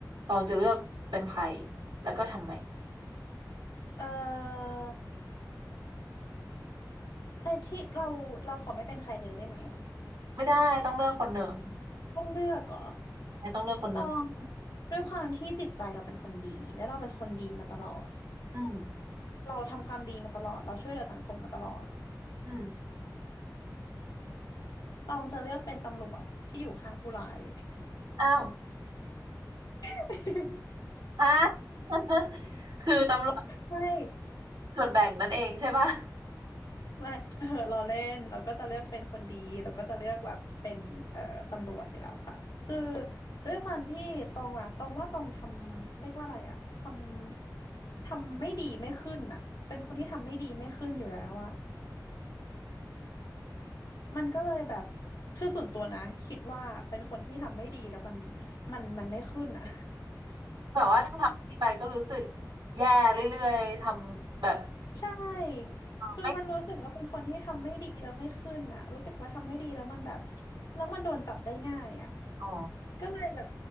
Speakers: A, on the right (about 85°); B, on the left (about 65°).
A: ตองจะเลือกเป็นใครแล้วก็ทำไม
B: เออไอ้ที่เราเราขอไม่เป็นใครเลยได้ไหมอ่ะ
A: ไม่ได้ต้องเลือกคนหนึ่ง
B: ต้องเลือกเหรอ
A: ไม่ต้องเลือกคนหนึ่ง
B: ต้องด้วยความที่จิตใจเราเป็นคนดีและเราเป็นคนดีมาตลอด
A: อืม
B: เราทำความดีมาตลอดเราช่วยเหลือสังคมมาตลอด
A: อืม
B: ต้องจะเลือกเป็นตำรวจที่อยู่ข้างผู้ร้าย
A: อ้าว
B: <laughs>
A: <laughs> ฮะ <laughs> คือตำรวจ
B: ไม่
A: ส่วนแบ่งนั่นเองใช่ปะ
B: ไม่เออเราเล่นเราก็จะเลือกเป็นคนดีเราก็จะเลือกแบบเป็นเอ่อตำรวจอยู่แล้วค่ะ ด้วยความที่ตองอะตองว่าตองทำเรียกว่าอะไรอะทำทำไม่ดีไม่ขึ้นอะเป็นคนที่ทำไม่ดีไม่ขึ้นอยู่แล้วอะมันก็เลยแบบคือส่วนตัวนะคิดว่าเป็นคนที่ทำไม่ดีแล้วมันมันมันไม่ขึ้นอะ
A: แบบว่าถ้าทำไม่ดีไปก็รู้สึกแย่เรื่อยๆทำแบบ
B: <laughs> ใช่คือมันรู้สึกว่าเป็นคนที่ทำไม่ดีแล้วไม่ขึ้นอะรู้สึกว่าทำไม่ดีแล้วมันแบบ
A: ไม่
B: แล้วมันโดนจับได้ง่ายอะ
A: อ๋อ
B: ก็เลยแบบ